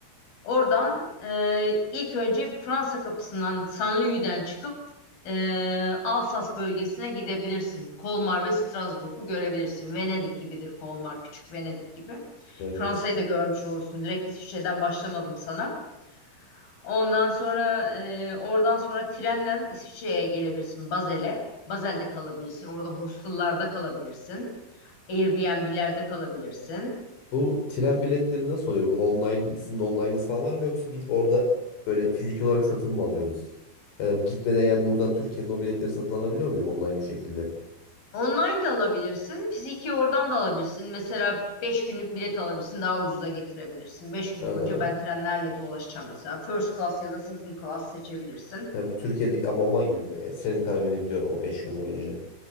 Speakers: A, on the left; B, on the left.
A: Oradan e, ilk önce Fransa kapısından Saint-Louis'den çıkıp e, Alsas bölgesine gidebilirsin. Kolmar ve Strasbourg'u görebilirsin. Venedik gibidir Kolmar, küçük Venedik gibi.
B: Evet.
A: Fransa'yı da görmüş olursun. Direkt İsviçre'den başlamadım sana. Ondan sonra e, oradan sonra trenle İsviçre'ye gelebilirsin Basel'e. Basel'de kalabilirsin. Orada hostellerde kalabilirsin. Airbnb'lerde kalabilirsin.
B: Bu tren biletleri nasıl oluyor? Bu online, sizin online'ınız falan var mı yoksa gidip orada böyle fiziki olarak satın mı alıyoruz? Ya da bu gitmeden ya buradan Türkiye'nin o biletleri satın alabiliyor muyum online bir şekilde?
A: Online de alabilirsin. Fiziki oradan da alabilirsin. Mesela 5 günlük bilet alabilirsin. Daha ucuza getirebilirsin. Beş gün
B: Ha,
A: boyunca ben trenlerle dolaşacağım mesela. First class ya da second class seçebilirsin.
B: ya bu Türkiye'deki abonman gibi mi? Yani istediğim kadar binebiliyorum o beş gün boyunca.